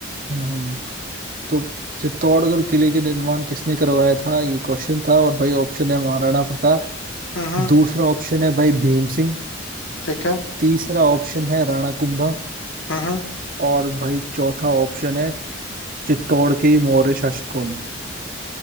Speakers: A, on the right (about 45°); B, on the left (about 75°).
A: हम्म, तो चित्तौड़गढ़ किले के निर्माण किसने करवाया था ये क्वेश्चन था और भाई ऑप्शन है महाराणा प्रताप
B: हम्म
A: दूसरा ऑप्शन है भाई भीम सिंह
B: ठीक है
A: तीसरा ऑप्शन है राणा कुंभा
B: हम्म
A: और भाई चौथा ऑप्शन है चित्तौड़ के ही मौर्य शासकों ने